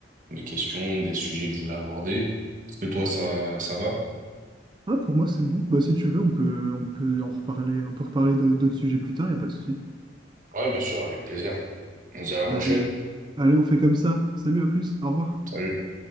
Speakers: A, on the right (about 45°); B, on the right (about 25°).
A: mes questions, des sujets que je voulais aborder. Est-ce que toi, ça, ça va?
B: Ah, pour moi, c'est bon. Bah, si tu veux, on peut, on peut en reparler, on peut reparler d'au- d'autres sujets plus tard, Y a pas de souci.
A: Ouais, bien sûr, avec plaisir. On se dit à la prochaine.
B: Allez, allez, on fait comme ça. Salut, à plus, au revoir.
A: Salut.